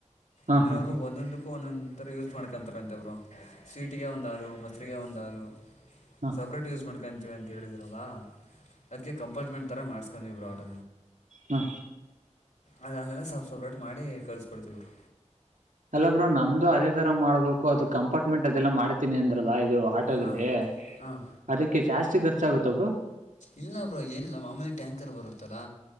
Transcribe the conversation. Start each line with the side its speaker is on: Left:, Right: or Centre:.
Right: ಹಾಂ
Left: ಅಂದ್ರೆ
Right: ಹಾಂ
Left: ಅವರು
Right: ಹಾಂ
Left: ಒಂದೊಂದು ೋ ಒನ್ಂತರ ಯೂಸ್ ಮಾಡ್ಕೊಂತಾರಂತಬ್ರು ಸ್ವೀಟಿಗೆ ಒಂದಾಲು ಮೊಸರಿಗೆ ಒಂದಾಲು
Right: ಹಾಂ
Left: ಸಪ್ರೇಟ್ ಯೂಸ್ ಮಾಡ್ಕಂತೀವಿ ಅಂತ ಹೇಳಿದ್ರಲ್ಲಾ ಅದ್ಕ್ಕೆ ಕಂಪಾರ್ಟ್ಮೆಂಟ್ ತರ ಮಾಡ್ ಕಂಜ ಬುಾತ
Right: ಹಾ
Left: ಅದ ಅಲ್ಲೆಲ್ಲ ಸಬ್ ಸಪ್ರೇಟ್ ಮಾಡಿ ಕಳ್ಸ್ಕೊಡ್ತವರು
Right: ಎಲ್ಲರು ನಮ್ದು ಅದೇ ತರ ಮಾಡ್ಬೇಕು ಅದು ಕಂಪಾರ್ಟ್ಮೆಂಟ್ ಅದೆಲ್ಲ ಮಾಡತೀನಿ ಅಂದ್ರದ್ ಇದು ಆಟೋದಲ್ಲಿ
Left: ಹಾಂ ಹಾಂ
Right: ಅದಕ್ಕೆ ಜಾಸ್ತಿ ಖರ್ಚಾಗುತ್ತೊಬ್ರು
Left: ಇಲ್ಲ ಬ್ರೋ ನಿಲ್ಲ ಮಾಮೂಲಿ ಟ್ಯಾಂಕರ್ ಬರುತ್ತೆ